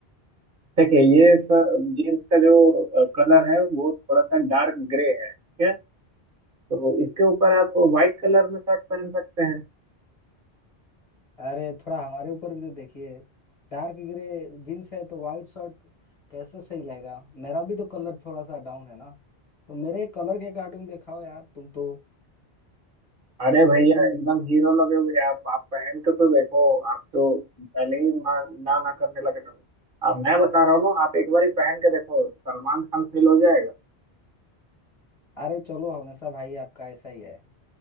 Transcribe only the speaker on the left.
अरे थोड़ा हमारे ऊपर भी तो देखिए डार्क ग्रे जीन्स है तो वाइट शर्ट कैसे सही लगेगा मेरा भी तो कलर थोड़ा सा डाउन है ना तो मेरे कलर के अकॉर्डिंग दिखाओ यार तुम तो
अरे चलो हमेशा भाई आपका ऐसा ही है